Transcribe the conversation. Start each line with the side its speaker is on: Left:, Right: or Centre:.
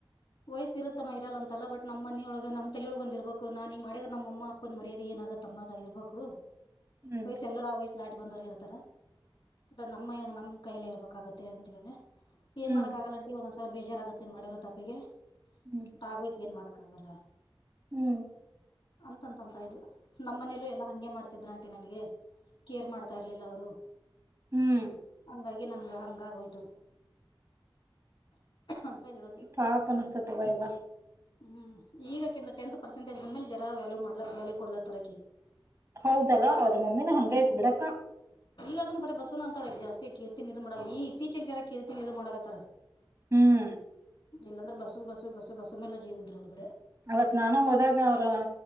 Left: ವಯಸ್ಸ ಇರುತ್ತಮ್ಮ ಇರಲ್ಲ ಅಂತಲ್ಲ ಬಟ್ ನಮ್ಮ ಮನಿಯೊಳಗ ನಮ್ದ ತಲೆ ಒಳ್ಗೊಂಡ ಇರ್ಬೇಕು ನನ್ ಹಿಂಗ ಮಾಡಿದ್ರ ನಮ್ಮ ಅಪ್ಪನ್ ಮರ್ಯೆ ಏನಗತ್ತ ಅಮ್ಮ ಅ ಇರ್ಬೇಕು
Right: ಹ್ಮ್
Left: ವಯಸ್ಸ ಎಲ್ಲರ ಆ ವಯಸ್ಸ ದಾಟಿ ಬಂದರು ಇರ್ತಾರ ಬಟ್ ನಮ್ಮ ನಮ್ಮ್ ಕೈಯಲ್ಲಿ ಇರ್ಬೇಕಾಗತ್ತೆ ಅಂತ ಹೇಳ್ದಿದೆ ಏನ್
Right: ಹ್ಮ್
Left: ಮಾಡಾಕ್ ಆಗಲ್ಲಂಟಿ ಒಂದೊಂದ್ಸಲ ಬೇಜಾರಾಗುತ್ತೆ ಮಾಡಿರೋ ತಪ್ಪಿಗೆ
Right: ಹ್ಮ್
Left: ಬಟ್ ಆಗೋಯ್ ಏನ್ ಮಾಡಕ್ ಕದಲ್ಲ
Right: ಹ್ಮ್
Left: ಅಂತಂತಂತ ಇದು ನಮ್ಮ ಮನೇಲ್ಲೂ ಎಲ್ಲಾ ಹಗೆ ಮಾಡ್ತಿದ್ರಂಟಿ ನನ್ಗೆ ಕೇರ್ ಮಾಡ್ತಾ ಇರ್ಲಿಲ್ಲ ಅವರು
Right: ಹ್ಮ್
Left: ಹಂಗಾಗಿ ನನ್ಗೆ ಹಂಗಾಗಿಯ್ತು ಅಂತ ಹೇಳದು
Right: ಪಾಪ ಅನಸ್ತತವ ಇವ
Left: ಹ್ಮ್ ಈಗ ತಿಂದು ಟಂತ್ ಪರ್ಸೆಟೇಜ್ಂದ ಮೇಲೆ ಜರ ವಲ್ಯ ಮಾಡಲ ವ್ಯಾಲ್ಯೂ ಕೊಲ ತರಿ
Right: ಹೌದಲ್ಲ ಅವ್ರ ಮಮ್ಮಿನ ಹಂಗ
Left: ಹ್ಮ್
Right: ತ್ ಬಿಡಕ್ಕ
Left: ಈಗ ಅದ ಬರ ಬಸನು ಅಂತಾಳೆ ಜಾಸ್ತಿ ಕೀರ್ತಿ ಇದು ಮಾಡಲ್ಲ ಈ ಇತ್ತೀಚೆಗೆ ಜರ ಕೀರ್ತಿಿನಿ ಇದು ಮಾಡತ್ತಾರ
Right: ಹ್ಮ್
Left: ಇಲ್ಲಾಂದ್ರೆ ಬಸ್ ಬಸ್ ಬಸ್ ಬಸ್ಸು ಮಲ್ಲ ಜೀವಲ್ರುಡ್ರೆ
Right: ಅವತ್ ನಾನು ಹೋದಾಗ ಅವ್ರ